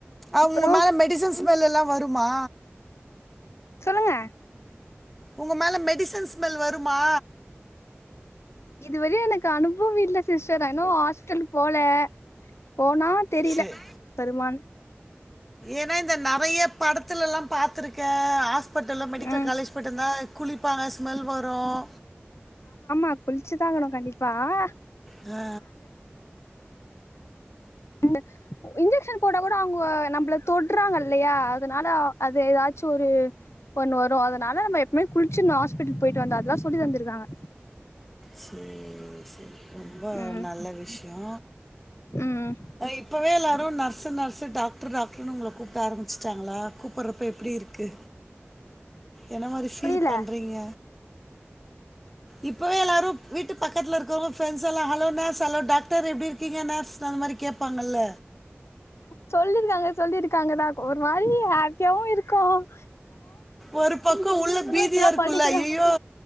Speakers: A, in the centre; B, on the left.
A: அவ்ங்க
B: அப்றோ
A: மேல மெடிசன்ஸ் ஸ்மெல் எல்லா வருமா
B: சொல்லுங்க
A: உங்க மேல மெடிசன்ஸ் ஸ்மெல் வருமா
B: இதுவரயு எனக்கு அனுபவோ இல்ல சிஸ்டர் அனு ஹாஸ்பிட்டலு போல போனால் தெரில
A: சரி
B: வருமான்னு
A: ஏன்னா இந்த நெறைய படத்துல எல்லாம் பாத்துருக்கே ஹாஸ் பிட்டல் மெடிக்கல்
B: ம்
A: காலேஜ் போயட்டு வந்தா குளிப்பாங்க ஸ்மெல் வரும்
B: ஆ குளிச்சு தாகணு கண்டிப்பா பா
A: ஆ
B: ன்ன <inaudible> இன்ஜெக்ஷன் போட கூட அவ்ங்க நம்மள தொடுறாங்கல்லையா அதுனால அது ஏதாச்சு ஒரு ஒண்ணு வரு அதுனால நம்ம எப்பவ்மே குளிச்சுர்ன்னு ஆஸ்பிட்டல் போயிட்டு வந்தா அதெல்லா சொல்லி தந்திருக்காங்க
A: செர் செரி ரொம்ப
B: ம்
A: நல்ல விஷ்யோ
B: ம்
A: இப்வே எல்லாரும் நர்ஸு நர்ஸு டாக்டர் டாக்டர்ன்னு உங்கள கூப்ட ஆரம்பிச்சுட்டாங்களா கூப்றப்ப எப்டி இருக்கு என்ன மாரி ஃபீல்
B: புரியல
A: பண்றீங்க இப்பவே எல்லாரும் வீட்டு பக்கத்துல இருக்கிறவங்க பிரண்ட்ஸ்ல்லாம் ஹலோ நர்ஸ் ஹலோ டாக்டர் எப்டி இருக்கீங்க நர்ஸ் அந்த மாரி கேப்பாங்கல்ல
B: சொல்லிருக்காங்க சொல்லியிருக்காங்கதான் ஒரு மாரி ஹாப்பியாவும் இருக்கும்
A: ஒரு பக்கம் உள்ள பீதியா
B: இப்பதா
A: இருக்குல்ல
B: படிக்கிறோ
A: ஐயய்யோ